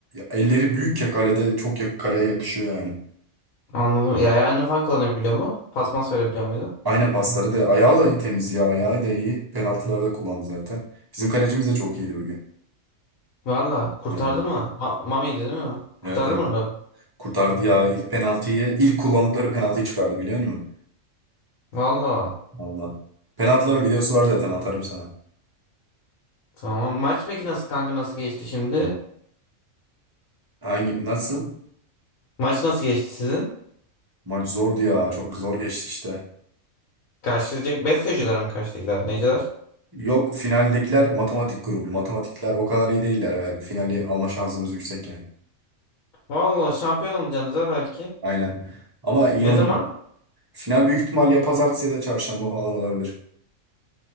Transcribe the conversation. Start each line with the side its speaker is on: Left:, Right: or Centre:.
Right: e, elleri büyük ya kalede çok ya, kaleye yakışıyor yani.
Left: Anladım. Ya yani falan kullanabiliyor mu? Pas mas verebiliyor muydu?
Right: Aynen pasları da ayağı da temiz ya ayağı da iyi. Penaltıları da kullandı zaten. Bizim kalecimiz de çok iyiydi bugün.
Left: Valla kurtardı
Right: Evet.
Left: mı? Ma Mami'ydi değil mi? Kurtardı
Right: Evet, evet.
Left: mı Rabbi?
Right: Kurtardı ya ilk penaltıyı. ilk kullandıkları penaltıyı çıkardı biliyor musun?
Left: Valla.
Right: Allah. Penaltıların videosu var zaten atarım sana.
Left: Tamam. Maç peki nasıl kanka nasıl geçti şimdi?
Right: Hangi nasıl?
Left: Maç nasıl geçti sizin?
Right: Maç zordu ya çok zor geçti işte.
Left: Karşılayacak besteciler mi karşıdakiler? Neciler?
Right: Yok finaldekiler matematik grubu. Matematikler o kadar iyi değiller. Yani finali alma şansımız yüksek yani.
Left: Valla şampiyon olacaksınız ha belki.
Right: Aynen. Ama iyi
Left: Ne
Right: oynadı.
Left: zaman?
Right: Final büyük ihtimal ya pazartesi ya da çarşamba falan olabilir.